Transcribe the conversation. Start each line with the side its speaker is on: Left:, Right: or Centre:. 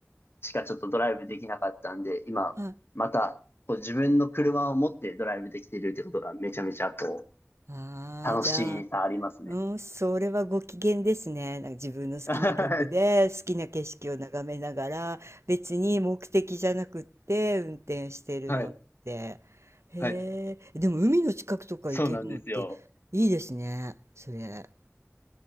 Left: しかちょっとドライブできなかったんで、今、
Right: は、
Left: また、こう、自分の車を持ってドライブできてるってことがめちゃめちゃこ
Right: ああ、
Left: う、楽しさありますね。
Right: じゃあ、うん、それはご機嫌ですね。なんか自分の好きな曲で、
Left: はい。
Right: 好きな景色を眺めながら、別に目的じゃなくって運転してるのって。
Left: はい。
Right: へえ、
Left: はい。
Right: でも海の近くとか行けるのっていいですね、
Left: そうなんですよ。
Right: それ。